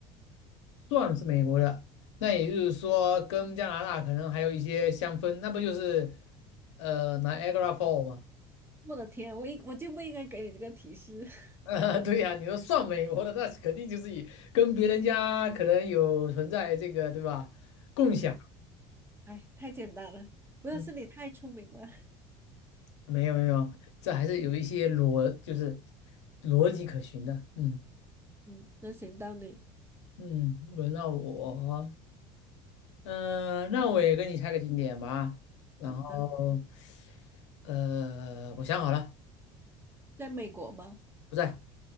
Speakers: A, on the left; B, on the right.
A: 算是美国的。那也就是说，跟加拿大可能还有一些相分，那不就是呃拿 i a g r a Fall 吗？
B: 我的天啊，我应我就不应该给你这个提示。<laughs>
A: <laughs> 呃，对呀、你说算美国的，那肯定就是以跟别人家可能有存在这个，对吧？共享，
B: 嗯，哎，太简单了，不是，
A: 嗯，
B: 是你太聪明了。
A: 没有没有，这还是有一些逻，就是逻辑可循的，嗯
B: 嗯，那行到你。
A: 嗯。轮到我，嗯呃，那我也跟你猜个景点吧。然后，
B: 好的，
A: 呃，我想好了，
B: 在美国吗？
A: 不在，